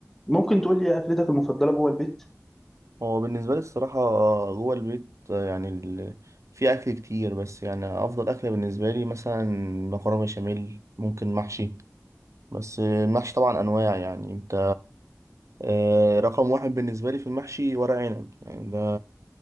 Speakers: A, in the centre; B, on the right.
A: ممكن تقول لي اكلتك المفضله جوه البيت
B: هو بالنسبة لي الصراحة جوه البيت يعني ال... في أكل كتير بس يعني أفضل أكلة بالنسبة لي مثلا مكرونة بشاميل ممكن محشي بس المحشي طبعا أنواع يعني أنت آه، رقم واحد بالنسبة لي في المحشي ورق عنب يعني ده